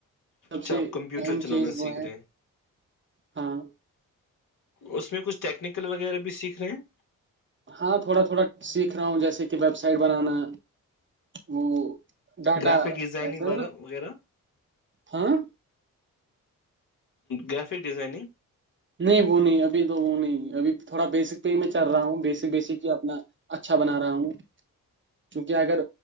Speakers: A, on the right; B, on the left.
A: سب
B: چا
A: سے
B: آپ کمپیوٹر
A: اہم
B: چلانا
A: چیز
B: سیکھ
A: وہ ہے
B: رہے ہیں
A: ہاں
B: اس میں کچھ ٹیکنیک قتل وغیرہ بھی سیکھ رہے ہیں
A: ہاں تھوڑا تھوڑا سیکھ رہا ہوں جیسے کہ ویب سائٹ بنانا وہ ڈاٹا
B: گرافک ڈیزائننگ
A: ایسا
B: وغیرہ وغیرہ
A: ہاں
B: گریفک ڈیزائننگ
A: نہیں وہ نہیں ابھی تو وہ نہیں ابھی تھوڑا بیسک پہ ہی میں چل رہا ہوں بیسک بیسک ہی اپنا اچھا بنا رہا ہوں کیونکہ اگر